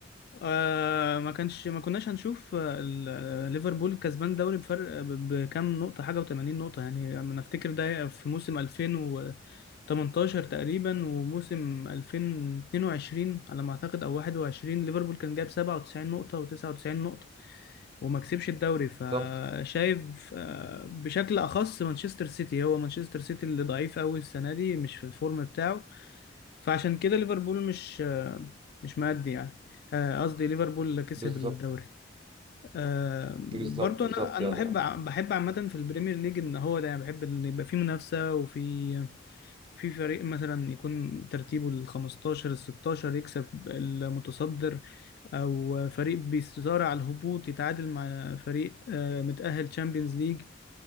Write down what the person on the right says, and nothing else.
بالظبط
بالظبط
بالظبط
بالظبط
يعني